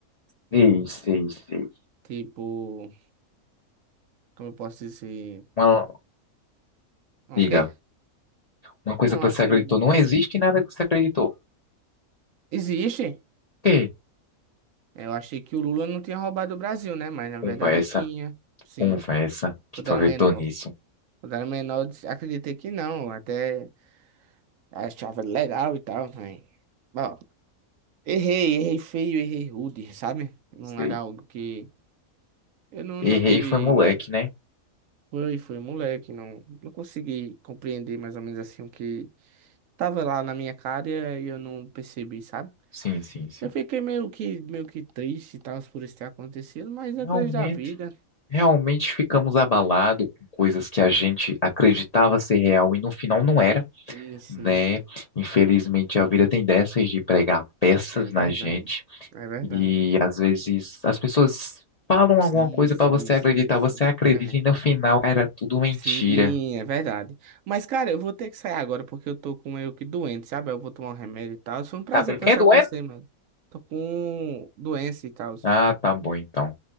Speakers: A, on the left; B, on the right.
A: Sei, sei, sei.
B: Tipo, como eu posso dizer?
A: uma,
B: É
A: diga,
B: O quê?
A: uma coisa
B: Não,
A: que
B: assim,
A: você acreditou, não existe nada que você acreditou.
B: existe.
A: Que?
B: Eu achei que o Lula não tinha roubado o Brasil, né? Mas na
A: Conversa,
B: verdade tinha, sim,
A: conversa, que
B: quando
A: tu
B: era
A: acreditou
B: menor.
A: nisso.
B: Quando era menor, eu disse- acreditei que não, até achava legal e tal, mas... Bom, Errei, errei feio, errei rude, sabe? Não
A: sei.
B: era algo que eu não,
A: Errei
B: não teve.
A: foi moleque, né?
B: Foi, foi moleque, não, não consegui compreender mais ou menos assim o que tava lá na minha cara e eu não percebi, sabe?
A: Sim, sim, sim.
B: Eu fiquei meio que, meio que triste e tal por isso ter acontecido, mas
A: Realmente,
B: é coisa da vida.
A: realmente ficamos abalados com coisas que a gente acreditava ser real e no final não era,
B: Sim, sim,
A: né? Infelizmente a vida tem dessas de pregar peças
B: é verdade,
A: na gente
B: é verdade.
A: e às vezes as pessoas falam
B: Sim,
A: alguma coisa
B: sim,
A: pra você
B: sim,
A: acreditar,
B: sim.
A: você acredita
B: É.
A: e no final era tudo mentira.
B: Sim, é verdade. Mas, cara, eu vou ter que sair agora porque eu tô com meio que doente, sabe? Eu vou tomar um remédio e tal. Foi um prazer
A: Tá com
B: conversar
A: quem doendo?
B: com você, mano. Tô com doença e tal.
A: Ah, tá bom então.